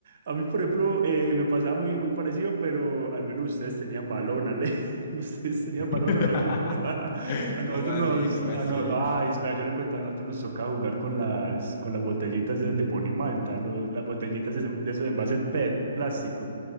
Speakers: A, on the right; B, on the left.
A: A mí, por ejemplo, eh, me pasaba muy, muy parecido, pero al menos ustedes tenían balón, Ale. <laughs> Ustedes tenían
B: <laughs>
A: balón, a nosotros, <laughs> a nosotros
B: ¿Cómo así?
A: nos...
B: ¿Cómo
A: a
B: así?
A: no- ay, espera, yo le cuento, a nosotros nos toca jugar con las, con las botellitas esas de Ponimalta, los, las botellitas de, de esos envases PET, plásticos.